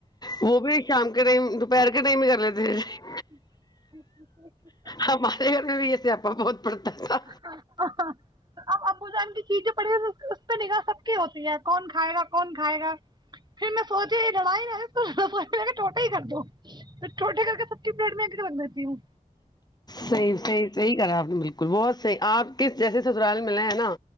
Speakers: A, on the left (about 30°); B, on the right (about 30°).
A: وہ بھی شام کے ٹائم توپہیر کے ٹائم میں کر لیتے تھ
B: <inaudible>
A: ہ ماتے گھر میں بھی ایسےپا بہت
B: خالی
A: پڑتا تھا
B: اوج عا رہی ہے اب ابو جان کی چیز جو پڑی اس پہ نگاہ سب کی ہوتی ہے کون کھائے گا کون کھائے گا پھر میں سوچیا یہ لڑائی ہی رہے کے ٹوٹا ہی کر دو تو چٹوٹے کر کے سب کی پلیٹ میں لگ دیتی ہوں
A: صحیحیحیح کرا آپ نے بالکل بہت صحیح آپ کس جیسے سسرال ملے ہیں نا